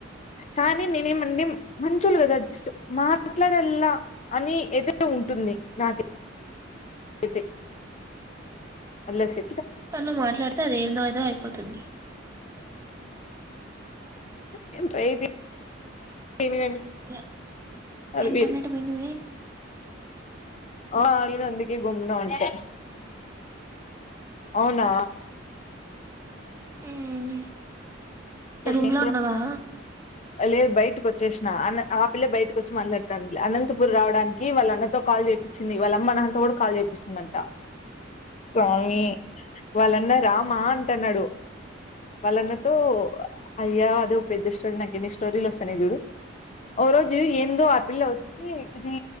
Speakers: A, on the left; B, on the right.
A: కానీ నేనేమండి మంచోళ్ళు కదా జస్ట్ మాట్లాడల్లా అని ఏదైతే ఉంటు టుంది నాకై తే ఉల్లాసి
B: కని నువ్ మాట్లాడితే అదేందో ఏదో అయిపోతుంది
A: నెన్ ట్రై చెయ్ తని
B: యా,
A: అది
B: ఇంటర్నెట్ పోయింది
A: ఆ మాముల్గా అందుకే గమ్నా ఉంటా అవునా
B: వే
A: చట్నీ
B: రూమ్ లో ఉన్నావా
A: లేదు బయటకి వచ్చేసిన ఆ పిల్ల బయటకు వచ్చి మాట్లాడతాంది లే అనంతపుర్ రావడానికి వాళ్ళ అన్నతో కా చెప్పిచింది వాళ్ళమ్మ నాతో కూడా కాల్ చేపిస్తుందంట సామి వాళ్ళన్న రామా అంటన్నాడు వాళ్ళన్నతో అయ్యా అదే ఓ పెద్ద స్టోరీ నాకేన్ని స్టోరీలు వస్తానయి చూడు ఓ రోజు ఏందో పిల్ల వచ్చి ఇది